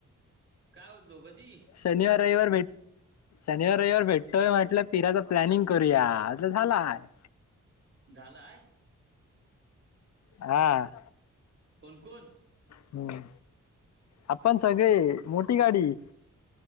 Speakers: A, on the right; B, on the left.
A: काय बोलतो कधी?
B: शनिवार रविवार भेट शनिवार रेवार भेटतोय म्हटलं फिराच प्लॅनिंग करूया, असं झाला हाय.
A: झालाय.
B: हां.
A: कोण कोण?
B: हम्म, आपण सगळे मोठी गाडी.